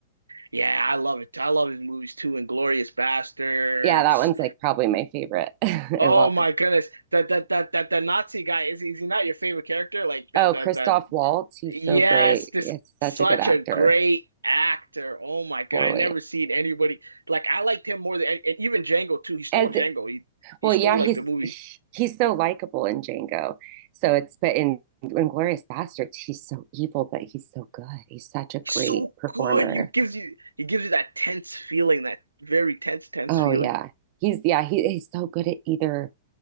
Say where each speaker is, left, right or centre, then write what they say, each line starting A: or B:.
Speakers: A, on the right; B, on the right.
A: Yeah, I love it. I love his movies too. Inglorious Bastards.
B: Yeah, that one's like probably my favorite. <laughs> I
A: Oh
B: love
A: my
B: it.
A: goodness. That that that that that Nazi guy is he- is he not your favorite character? Like that
B: Oh,
A: that
B: Christoph
A: that
B: Waltz, he's
A: Yes,
B: so great.
A: this
B: He's
A: such
B: such a good actor.
A: a great actor. Oh my God.
B: Totally.
A: I never seen anybody like I liked him more than and and even Django too. He stole
B: As
A: Django. He
B: well,
A: he stole
B: yeah,
A: like
B: he's
A: the movie.
B: he's so likable in Django. So it's but in Inglorious Bastards, he's so evil, but he's so good. He's such a great
A: He's so
B: performer.
A: good. You gives you he gives you that tense feeling, that very tense, tense
B: Oh
A: feeling.
B: yeah, he's yeah he, he's so good at either